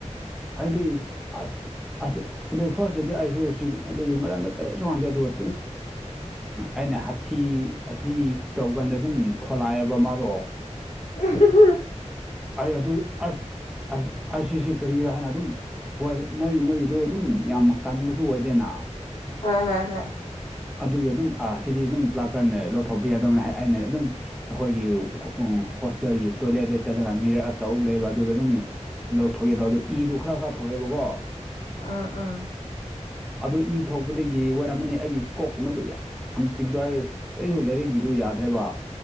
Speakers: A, in the centre; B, on the left.
A: ꯑꯩꯗꯤ ꯑꯁ ꯑꯁ ꯑꯗꯨ ꯐꯥꯔꯁꯇꯗꯤ ꯑꯩꯁꯨ ꯑꯗꯨꯒꯤ ꯃꯔꯝꯗ ꯀꯔꯤꯁꯨ ꯈꯪꯗ‌ꯦ ꯑꯗꯨꯒ ꯑꯩꯅ ꯍꯥꯊꯤ ꯍꯥꯊꯤ ꯇꯧꯀꯥꯟꯗ ꯑꯗꯨꯝ ꯊꯣꯂꯛꯑꯦꯕ ꯃꯥꯗꯣ
B: <unintelligible>
A: ꯑꯩ ꯑꯗꯨ ꯑꯁ ꯑ ꯑꯁꯤꯁꯤ ꯀꯔꯤꯔꯥ ꯍꯥꯏꯅ ꯑꯗꯨꯝ ꯍꯣꯏ ꯃꯣꯏ ꯃꯣꯏꯒꯤꯗꯣ ꯑꯗꯨꯝ ꯌꯥꯝ ꯀꯟꯕꯁꯨ ꯑꯣꯏꯗꯦꯅ
B: ꯍꯣꯏ ꯍꯣꯏ ꯍꯣꯏ
A: ꯑꯗꯨꯒꯤ ꯑꯗꯨꯝ ꯑ ꯁꯤꯗꯤ ꯑꯗꯨꯝ ꯄ꯭ꯂꯥꯛꯀꯔꯅ ꯂꯧꯊꯣꯛꯄ ꯌꯥꯗꯕꯅꯤ ꯍꯥꯏ ꯑꯩꯅ ꯑꯗꯨꯝ ꯑꯩꯈꯣꯏꯒꯤ ꯍꯣꯁꯇꯦꯜꯒꯤ ꯇꯣꯏꯂꯦꯠꯇ ꯆꯠꯂꯒ ꯃꯤꯔ ꯑꯆꯧꯕ ꯂꯩꯌ‌ꯦꯕ ꯑꯗꯨꯗ ꯑꯗꯨꯝ ꯂꯧꯊꯣꯛꯒꯦꯗ ꯑꯗꯣ ꯏꯗꯨ ꯈꯔ ꯈꯔ ꯊꯣꯛꯑꯦꯕꯀꯣ
B: ꯑꯥ ꯑꯥ
A: ꯑꯗꯨ ꯏ ꯊꯣꯛꯄꯗꯒꯤ ꯑꯣꯏꯔꯝꯃꯅꯤ ꯑꯩꯒꯤ ꯀꯣꯛꯀꯨꯝꯕꯗꯨ ꯌꯥꯝ ꯆꯤꯛꯕꯑꯩ ꯑꯩꯁꯨ ꯂꯩꯔꯛꯒꯤꯗꯨ ꯌꯥꯗ꯭ꯔꯦꯕ꯫